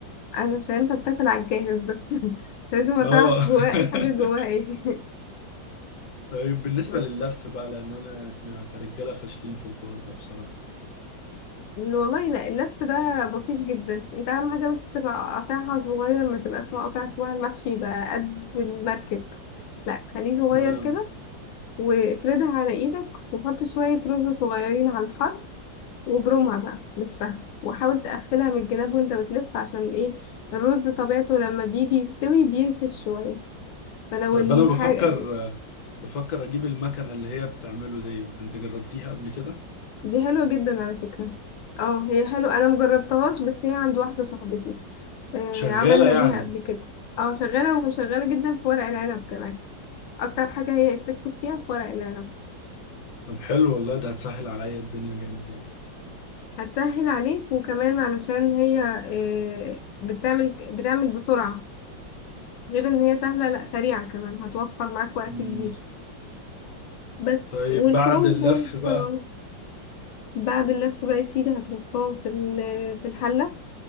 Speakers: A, on the left (about 80°); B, on the left (about 60°).
A: انا عشان انت بتاكل على الجاهز بس <laughs> لازم
B: اه
A: تعرف
B: <laughs>
A: جواه الحاجة جواها ايه
B: طيب بالنسبة
A: <laughs>
B: لللف بقى لان انا احنا كرجالة فاشلين في الحوار ده بصراحة
A: والله لا اللف ده بسيط جدا انت اهم حاجة بس تبقى قطعها صغير ما تبقاش مقطع صباع المحشي يبقى قد المركب لا خليه صغير
B: اه
A: كده وافردها على ايدك وحط شوية رز صغيرين على الحرف وبرمها بقى لفها وحاول تقفلها من الجناب وانت بتلف عشان ايه الرز طبيعته لما بيجي يستوي بينفش شوية فلو
B: طب
A: الحاجة
B: انا بفكر بفكر اجيب المكنة اللي هي بتعمله ديت انت جربتيها قبل كده
A: دي حلوة جدا على فكرة اه هي حلوة انا مجربتهاش بس هي عند واحدة صاحبتي آه
B: شغالة
A: عملنا
B: يعني
A: بيها قبل كده اه شغالة وشغالة جدا في ورق العنب كمان اكتر حاجة هي افكتيف فيها في ورق العنب
B: طب حلو والله ده هتسهل عليا الدنيا جامد يعني
A: هتسهل عليك وكمان علشان هي آه بتعمل بتعمل بسرعة غير ان هي سهلة لا سريعة كمان هتوفر معاك وقت
B: مم.
A: كبير بس
B: طيب
A: والكرنب
B: بعد اللف بقى
A: صغير بعد اللف بقى يا سيدي هترصهم في ال- في الحلة